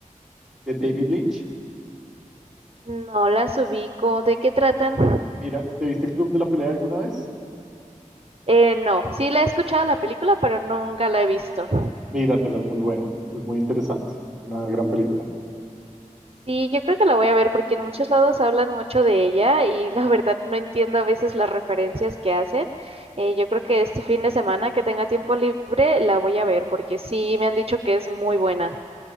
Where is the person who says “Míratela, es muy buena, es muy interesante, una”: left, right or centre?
Centre